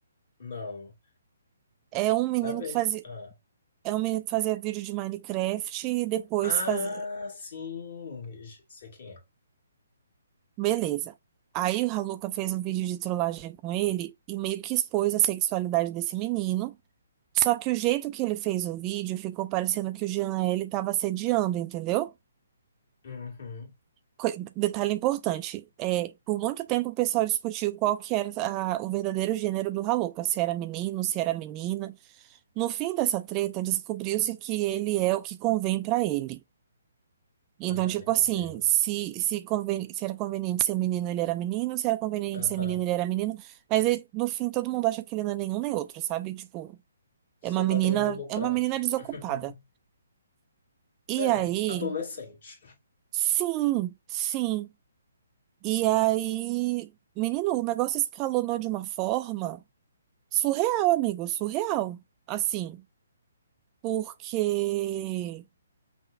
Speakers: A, on the left; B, on the right.
A: Não,
B: É um menino
A: Na ver.
B: que fazia,
A: Ah,
B: é um menino que fazia vídeo de Minecraft e depois
A: Ah,
B: fazia,
A: sim, j- sei quem é.
B: beleza. Aí a Luca fez um vídeo de trollagem com ele e meio que expôs a sexualidade desse menino. Só que o jeito que ele fez o vídeo ficou parecendo que o Jean L estava assediando, entendeu?
A: Uhum.
B: co- Detalhe importante, é, por muito tempo o pessoal discutiu qual que era a- o verdadeiro gênero do Haluca, se era menino, se era menina. No fim dessa treta, descobriu-se que ele é o que convém pra ele. Então,
A: Ai,
B: tipo
A: meu
B: assim,
A: Deus.
B: se, se, conven- se era conveniente ser menino, ele era menino, se era conveniente
A: Aham.
B: ser menino, ele era menina. Mas aí, no fim, todo mundo acha que ele não é nenhum nem outro, sabe? Tipo,
A: Só
B: é uma menina,
A: tá querendo lucrar.
B: é uma menina desocupada.
A: <laughs>
B: E
A: É,
B: aí,
A: adolescente.
B: sim, sim. E aí, menino, o negócio escalonou de uma forma surreal, amigo, surreal. Assim, porque.